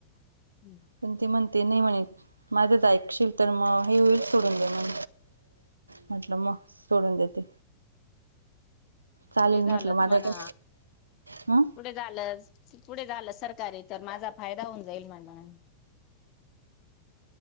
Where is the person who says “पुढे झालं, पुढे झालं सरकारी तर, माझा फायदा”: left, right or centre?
Left